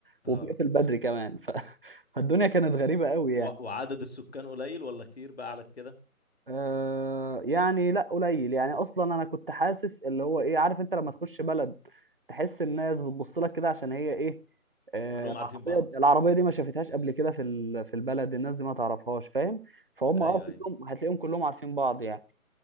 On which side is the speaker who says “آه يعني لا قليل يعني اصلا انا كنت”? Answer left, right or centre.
Right